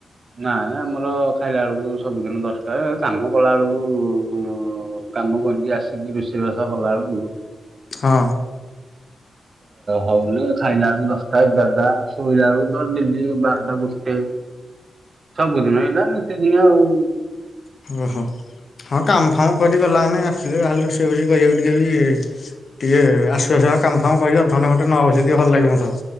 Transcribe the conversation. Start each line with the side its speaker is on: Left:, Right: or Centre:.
Right: ନାଇଁ, ନାଇଁ ଆମର ଖାଇଲା ବେଳକୁ ସବୁଦିନ ଦଶଟା। କାମ କଲା ବେଳକୁ-ଉ-ଉ-ଉ-ଉ ଉ, କାମ କରିକି ଆସିକି, ରୋଷେଇ ବାସ କଲାବେଳୁ
Left: ହଁ।
Right: ହଉ, ଯେ ଖାଇଲା ବେଳକୁ ଦଶଟା, ଏଗାରଟା ଶୋଇଲା ବଳକୁ ତ ଡେଲିି ବାରଟା, ଗୋଟେ। ସବୁଦିନ ଏଇଟା, ନୀତିଦିନି ଆଉ।
Left: ଓହୋ, ହଁ, କାମ-ଫାମ କରିଗଲା ମାନେ ଆସିଲେ ଯାହେଲେ ରୋଷେଇ-ଫୋଷେଇ କରିବାକୁ ଟିକେ ବି ଟିକେ ଆସୁ ଆସୁକା କାମ-ଫାମ କରିି ଅଧଘଣ୍ଟ, ଘଣ୍ଟେ ନ ବସି ଟିକେ ଭଲ ଲାଗିବନି।